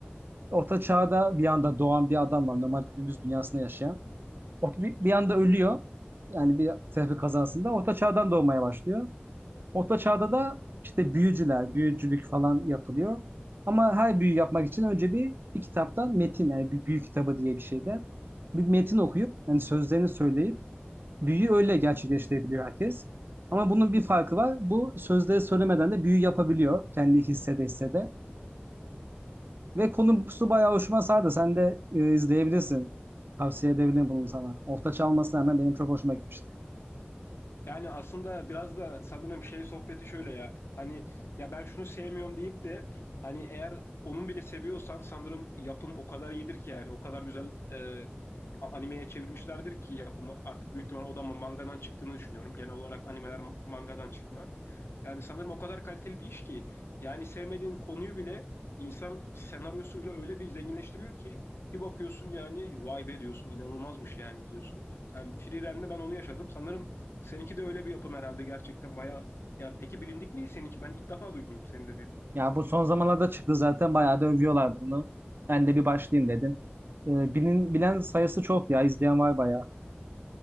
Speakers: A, on the right; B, on the left.
A: Orta çağda bir anda doğan bir adam var. Normal günümüz dünyasında yaşayan. O bir, bir anda ölüyor. Yani bir trafik kazasında. Orta çağdan doğmaya başlıyor. Orta çağda da işte büyücüler, büyücülük falan yapılıyor. Ama her büyü yapmak için önce bir, bir kitaptan metin yani bir büyü kitabı diye bir şeyde bir metin okuyup yani sözlerini söyleyip Büyüyü öyle gerçekleştirebiliyor herkes. Ama bunun bir farkı var. Bu sözleri söylemeden de büyü yapabiliyor. Kendi hissede hissede. Ve konusu bayağı hoşuma sardı. Sen de e, izleyebilirsin. Tavsiye edebilirim bunu sana. Orta çalmasına hemen benim çok hoşuma gitmişti.
B: Yani aslında biraz da sanırım şey sohbeti şöyle ya. Hani ya ben şunu sevmiyorum deyip de hani eğer onun bile seviyorsan sanırım yapım o kadar iyidir ki yani o kadar güzel e, a- animeye çevirmişlerdir ki yapımı artık büyük ihtimal o da ma- mangadan çıktığını düşünüyorum. Genel olarak animeler mangadan çıkma. Yani sanırım o kadar kaliteli bir iş ki yani sevmediğin konuyu bile insan senaryosuyla öyle bir zenginleştiriyor ki bir bakıyorsun yani vay be diyorsun inanılmazmış yani diyorsun. Yani Free Ren'de ben onu yaşadım. Sanırım Seninki de öyle bir yapım herhalde gerçekten bayağı. Ya peki bilindik miydi seninki? Ben ilk defa duydum senin de dedi.
A: Ya bu son zamanlarda çıktı zaten. Bayağı da övüyorlardı bunu. Ben de bir başlayayım dedim. E, bilin, bilen sayısı çok ya. izleyen var bayağı.